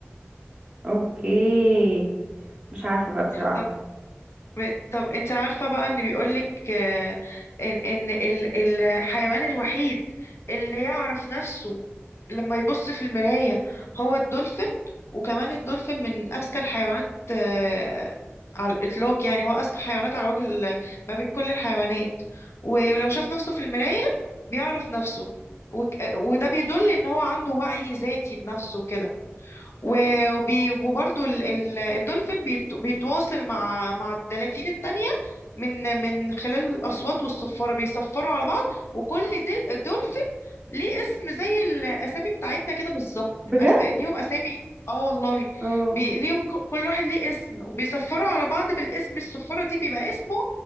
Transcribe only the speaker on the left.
طب ب- طب انت عارفة بقى ان بيقولك آه، ان ان ال- الحيوان الوحيد اللي يعرف نفسه لما يبص في المراية هو الدولفين وكمان الدولفين من اذكى الحيوانات آه، على الاطلاق يعني هو اذكى حيوانات على وجه ال- ما بين كل الحيوانات ولو شاف نفسه في المراية بيعرف نفسه وك- آه، وده بيدل ان هو عنده وعي ذاتي بنفسه كده و- وبي وبرضو ال- ال- الدولفين بيت- بيتواصل مع مع الدلافين التانية من من خلال الأصوات والصفارة بيصفروا على بعض وكل دل- دولفين ليه اسم زي الأسامي بتاعتنا كده بالظبط
أس- ليهم أسامي اه والله
بي... ليهم ك- كل واحد ليه اسم وبيصفروا على بعض بالاسم الصفارة دي بيبقى اسمهم